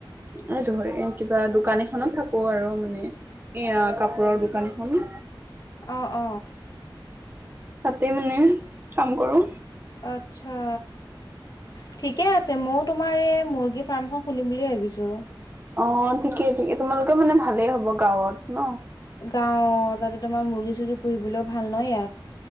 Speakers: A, on the right (about 25°); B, on the left (about 45°).
A: এইটো হয় এ কিবা দোকান এখনত থাকো আৰু মানে। এয়া কাপোৰৰ দোকানখন।
B: অ অ
A: তাতে মানে কাম কৰো
B: আত্ছা <unintelligible> ঠিকে আছে ময়ো তোমাৰ এই মুৰ্গী ফাৰ্মখন খুলিম বুলিয়ে ভাবিছোঁ
A: অ ঠিকেই ঠিকে তোমালোকে মানে ভালেই হব গাঁৱত ন
B: যাও তাতে তোমাৰ মুৰ্গী চৰ্গী পঢ়িবলৈও ভাল নহ ইয়াত